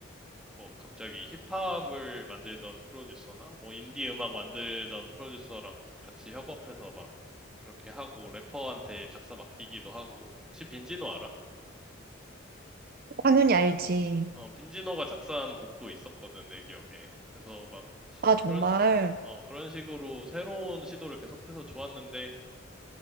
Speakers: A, in the centre; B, on the right (about 45°).
A: 뭐 갑자기 힙합을 만들던 프로듀서나 뭐 인디 음악 만들던 프로듀서랑 같이 협업해서 막 그렇게 하고 래퍼한테 작사 맡기기도 하고 혹시 빈지노 알아?
B: 당연히 알지.
A: 어 빈지노가 작사한 곡도 있었거든 내 기억에 그래서 막
B: 아, 정말.
A: 그런 시- 어 그런 식으로 새로운 시도를 계속해서 좋았는데